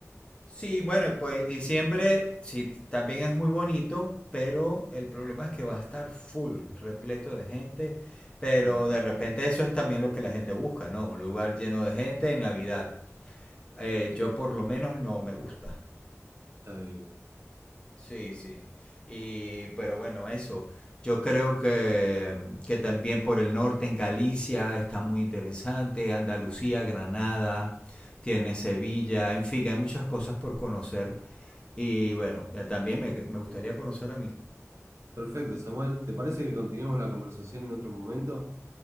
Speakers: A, on the left; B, on the right.
A: Sí, bueno, pues diciembre sí, t- también es muy bonito, pero el problema es que va a estar full, repleto de gente, pero
B: Claro,
A: de repente eso es también lo que la gente busca, ¿no? Un lugar lleno de gente en Navidad. Eh, yo por lo menos no me gusta.
B: está bien.
A: Sí, sí. Y, pero bueno, eso. Yo creo que, mm, que también por el norte en Galicia está muy interesante, Andalucía, Granada, tiene Sevilla, en fin, hay muchas cosas por conocer y bueno, eh, también me, me gustaría conocer a mí.
B: Perfecto, Samuel. ¿Te parece que continuemos la conversación en otro momento?